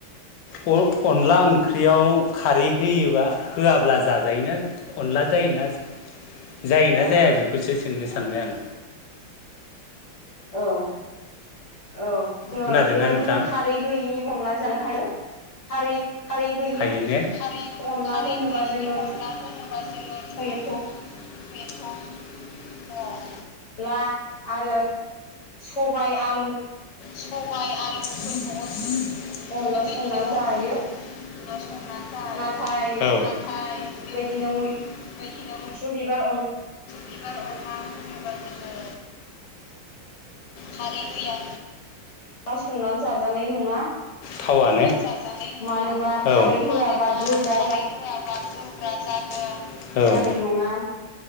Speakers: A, on the left; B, on the left.
A: अन-अनला ओंख्रियाव खारै होयोबा होआब्ला जाजायोना अनला जायोना? जायोना
B: औ
A: जाया बेखौसो सोंनो सानबाय आं।
B: औ औ जोङो
A: खोनादोंना
B: बेबायदिनो
A: नोंथां
B: खारै गैयिनि बो अनला जानो हायो खारै खारै गैयिनि
A: हायो ने! <inaudible>
B: अनला होनोबा जोङो
A: बा जोङो
B: टमेट'
A: थमेथ दं
B: अनला आरो सबाइ आलु
A: सबाइ आलु फोरखोबो
B: अनला
A: बेबायदिनो
B: संनानै
A: अन
B: जायो
A: होना सं ना जायो
B: नाथाय
A: औ नाथाय
B: बेबायदिनो
A: बे बायदिनो
B: मैथ्रु बिबार
A: बिबार अनला होयोबा जोङो खारै गैया
B: दा संनानै जाजानाय नङा।
A: थावानो नङा
B: मानोबा
A: औ
B: खारै होआबा
A: मानोबा
B: गोब्रा
A: खारै होआबा जुग्रा जागोन
B: नाय नङा